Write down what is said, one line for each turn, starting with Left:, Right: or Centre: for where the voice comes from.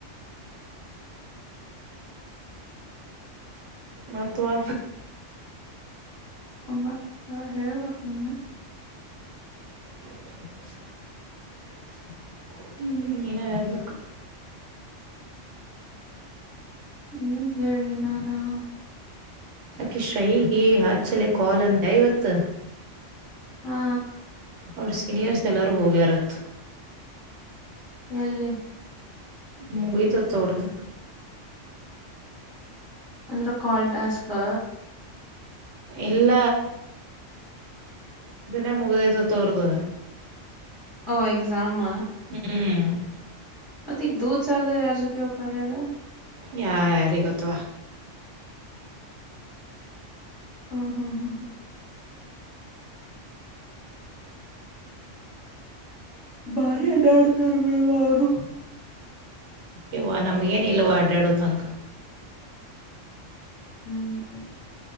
Right: ಮತ್ತ ವಾ.
Left: ಮತ್ತ ಹೇಳಬೇಕ ನೀನ.
Right: <inaudible> ಹ್ಮ್ ನೀನ ಹೆಬ್ಬೇಕ್.
Left: ಏನ್ ಹೇಳ್ರಿ ನಾನಾ.
Right: ಅಕಿ ಶ್ರೇಯಿಗ ಹ ಚಲೆ ಲೆ ಕಾಲ್ ಅಂದ್ಯಾ ಇವತ್ತ.
Left: ಹಾ.
Right: ಅವ್ರ ಸೀನಿಯರ್ ಎಲ್ಲರೂ ವೋಗ್ಯಾರತ್.
Left: ಎಲ್ಲಿ.
Right: ಮುಗಿತ ಅತ ಅವರದ.
Left: ಅಂದ್ರ ಕಾಲ್ ಟಾಸ್ಕ್.
Right: ಇಲ್ಲ. ಇದನ್ನೇ ಮುಗ್ದೈತ ಅತ ಅವರದ.
Left: ಓ ಎಕ್ಸಾಮ.
Right: ಹ್ಮ್.
Left: ಮತ್ತೆ ಈಗ ದೂದ್ ಸಾಗರ್ ಯಾರ್ ಜೊತೆ ಹೋಗಕಳಲ್ಲ.
Right: ಯಾ ಯಾರಿಗ ಗೊತ್ತ ವಾ.
Left: ಹ್ಮ್ ಹ್ಮ್ ಹ್ಮ್ ಹ್ಮ್ ಭಾರಿ ಅಡಾಡ್ತಾರ ಬಿಡ್ವ ಅವರು.
Right: ಯವ್ವ ನಮ್ಗ ಏನ್ ಇಲ್ವಾ ಅಡ್ಡಾಡದು್ ಹಂಗ.
Left: ಹ್ಮ್್ಮ್.